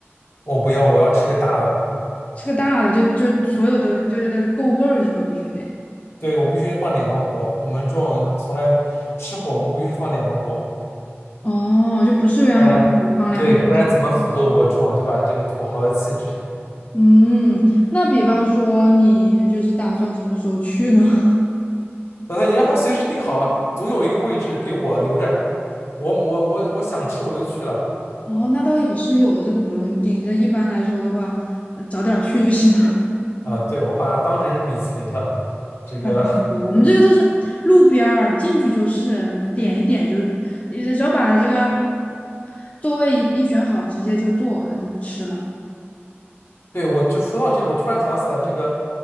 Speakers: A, on the left; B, on the left.
A: 我不要，我要吃个大的。
B: 吃个大的就就所有的就是得够味儿是吧？必须得。
A: 对，我必须放两个锅。我们这种从来吃火锅必须放两个锅，
B: 哦，就不是鸳鸯锅放两个。
A: 不然对，不然怎么符合我这种对吧这个土豪的气质？
B: 嗯，那比方说你就是打算什么时候去呢？<laughs>
A: 老说你让他随时定好啊，总有一个位置给我留着。我我我我想吃我就去了
B: 哦，那倒也是有的，这个不用定。这一般来说的话，呃早点儿去就行了。
A: 啊，对，我把它当成是米其林了，
B: <laughs>
A: 这个。
B: 啊，对对对，我们这个就是路边儿进去就是，点一点就，你只要把这个座位一一选好，直接就坐就吃了。
A: 对，我就说到这个，我突然想起来，这个